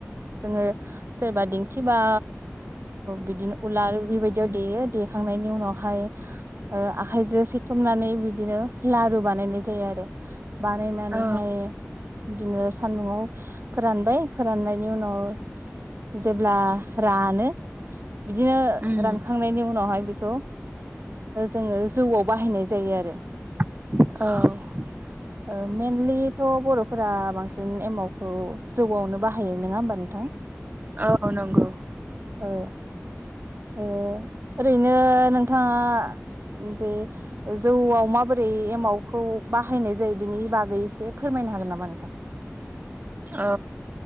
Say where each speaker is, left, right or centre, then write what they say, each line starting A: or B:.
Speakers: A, on the right; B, on the right.
A: जोङो सोरबा दिंखि बा बिदिनो ओ उलार बेबायदियाव देयो देखांनायनि उनावहाय आखाइजों सिथुमनानै बिदिनो लारु बानायनाय जायो आरो बानायनानैहाय
B: औ
A: बिदिनो सान्दुंआव फोरानबाय फोराननायनि उनाव जेब्ला रानो बिदिनो
B: उम
A: रानखांनायनि उनावहाय बेखौ जोङो जौआव बाहायनाय जा जायो आरो
B: औ
A: ओ मेनलिथ' बर' फोरा बांसिन एमाउखौ जौआवनो बाहायो नोङा होमबा नोंथां
B: औ नंगौ
A: औ ओरैनो नोंथाङा दे जौआव माबोरै एमावखौ बाहायनाय जायो बिनि बागै एसे फोरमायनो हागोन नामा नोंथां
B: औ